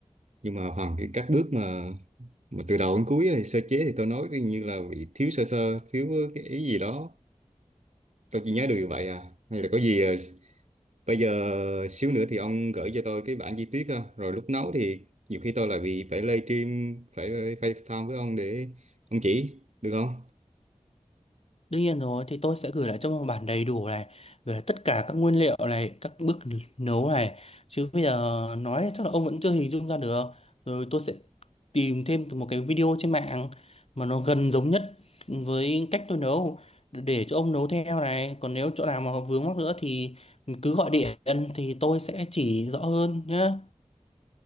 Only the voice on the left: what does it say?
đương nhiên rồi thì tôi sẽ gửi lại cho một bản đầy đủ này về tất cả các nguyên liệu này các bước nấu này chứ bây giờ nói chắc là ông vẫn chưa hình dung ra được rồi tôi sẽ tìm thêm một cái video trên mạng mà nó gần giống nhất với cách tôi nấu để cho ông nấu theo này còn nếu chỗ nào mà vướng mắc nữa thì cứ gọi điện thì tôi sẽ chỉ rõ hơn nhé